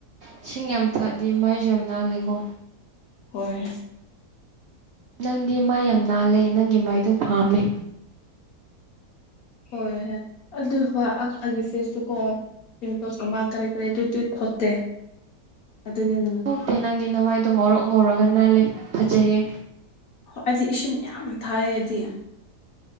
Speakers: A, on the right; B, on the left.
A: ꯏꯁꯤꯡ ꯌꯥꯝ ꯊꯛꯑꯗꯤ ꯃꯥꯏꯖꯨ ꯌꯥꯝ ꯅꯥꯜꯂꯦꯒꯣ꯫
B: ꯍꯣꯏ
A: ꯅꯪꯗꯤ ꯃꯥꯏ ꯌꯥꯝ ꯅꯥꯜꯂꯦ ꯅꯪꯒꯤ ꯃꯥꯏꯗꯣ ꯄꯥꯝꯃꯦ꯫
B: ꯍꯣꯏ ꯌꯠ ꯑꯗꯨ ꯍꯣꯏ ꯑꯛ ꯑꯩꯒꯤ ꯐꯦꯁꯇꯨꯀꯣ ꯄꯤꯝꯄꯜꯁꯀꯨꯝꯕ ꯀꯔꯤ ꯀꯔꯤ ꯑꯗꯨꯗꯤ ꯈꯣꯠꯇꯦ ꯑꯗꯨꯅꯦ
A: ꯊꯣꯛꯇꯦ ꯅꯪꯗꯤ ꯅꯃꯥꯏꯗꯣ ꯉꯧꯔꯣꯛ ꯉꯧꯔꯒ ꯅꯥꯜꯂꯦ ꯐꯖꯩꯌꯦ
B: ꯑꯩꯗꯤ ꯏꯁꯤꯡ ꯌꯥꯝꯅ ꯊꯥꯛꯏ ꯑꯩꯗꯤ